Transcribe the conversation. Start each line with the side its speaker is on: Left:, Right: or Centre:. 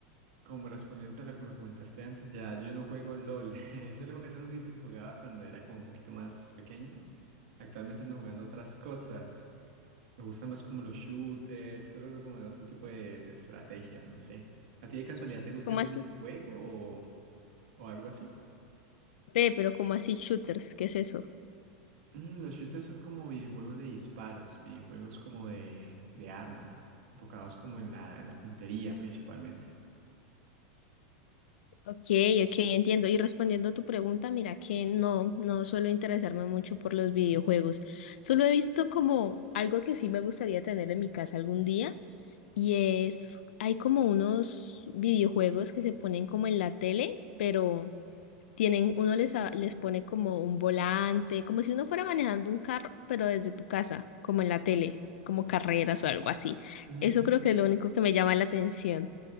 Right: como respondiendo a lo que me comentaste antes, ya yo no juego LOL. <laughs> Ese lo- es un jueguito que jugaba cuando era como un poquito más pequeño. Actualmente ando jugando otras cosas. Me gustan más como los shooters, juegos de como de otro tipo de estrategia, no sé. ¿A ti de casualidad te gusta
Left: ¿Cómo
Right: algún
Left: así?
Right: videojuego o, o algo así?
Left: Ve, pero ¿cómo así shooters? ¿Qué es eso?
Right: Mm, los shooters son como videojuegos de disparos, videojuegos como de, de armas, enfocados como en la, en la puntería principalmente.
Left: Ok, ok, entiendo. Y respondiendo a tu pregunta, mira que no, no suelo interesarme mucho por los videojuegos. Solo he visto como algo que sí me gustaría tener en mi casa algún día y es, hay como unos videojuegos que se ponen como en la tele, pero tienen, uno les, a- les pone como un volante, como si uno fuera manejando un carro, pero desde tu casa, como en la tele, como carreras o algo así.
Right: Mm,
Left: Eso creo que es lo único que me llama la atención.